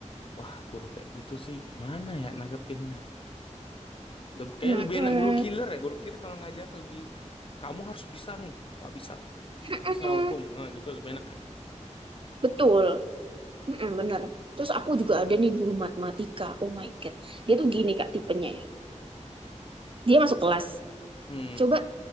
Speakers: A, on the left (about 45°); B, on the right (about 45°).
A: Wah, guru kayak gitu sih gimana ya nanggepinnya? Lebih, kayaknya
B: Mm-mm,
A: lebih enak guru killer ya. Guru killer kalau ngajar lebih kamu harus bisa nih. Nggak bisa
B: mm-mm.
A: kamu kena hukum. Nah, gitu lebih enak kayaknya.
B: betul Mm-mm, bener terus aku juga ada nih guru matematika oh my god dia tuh gini kak tipenya ya dia masuk kelas
A: Hmm,
B: coba